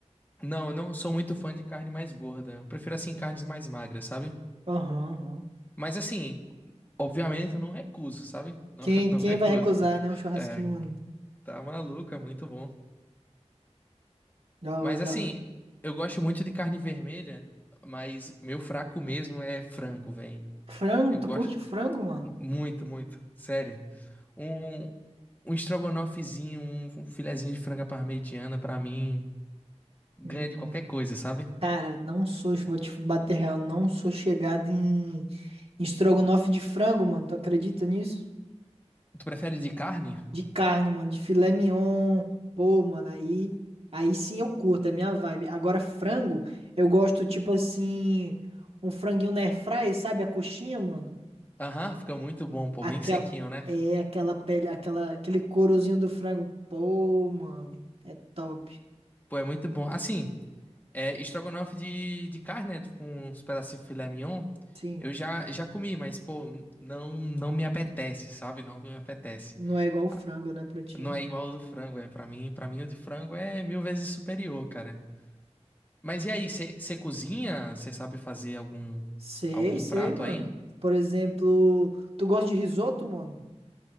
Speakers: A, on the left; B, on the right.
A: Não, eu não sou muito fã de carne mais gorda. Eu prefiro, assim, carnes mais magras, sabe?
B: Aham, aham.
A: Mas, assim, obviamente eu não recuso, sabe? Não,
B: Quem,
A: <laughs> não
B: quem
A: recuso.
B: vai recusar, né? Um churrasquinho,
A: É,
B: mano.
A: tá maluco, é muito bom.
B: Da
A: Mas,
B: hora,
A: assim,
B: da hora.
A: eu gosto muito de carne vermelha, mas meu fraco mesmo é frango, velho.
B: Frango,
A: Eu
B: tu
A: gosto
B: curte frango, mano?
A: muito, muito. Sério. Um, um estrogonofezinho, um, um filezinho de franga parmegiana, pra mim, ganha
B: Hum,
A: de qualquer coisa, sabe?
B: cara, não sou, vou te bater real, não sou chegado em, em estrogonofe de frango, mano. Tu acredita nisso?
A: Tu prefere de carne?
B: De carne, mano, de filé mignon. Pô, mano, aí, aí sim eu curto, é minha vibe. Agora, frango, eu gosto, tipo assim, um franguinho na air sabe? A coxinha, mano.
A: Aham, fica muito bom, pô,
B: Aquela,
A: bem sequinho, né?
B: é, aquela pele, aquela, aquele courozinho do frango. Pô, mano, é top.
A: Pô, é muito bom. Assim, é estrogonofe de, de carne, né? Com uns pedacinhos de filé mignon.
B: Sim,
A: Eu já, já comi, mas, pô, não, não me apetece, sabe? Não me apetece.
B: não é igual o frango,
A: Ah,
B: né, pra ti.
A: Não é igual ao do frango, é. Pra mim, pra mim, o de frango é mil vezes superior, cara. Mas e aí, você cozinha? Você sabe fazer algum,
B: Sei,
A: algum
B: sei,
A: prato
B: mano.
A: aí?
B: Por exemplo, tu gosta de risoto, mano?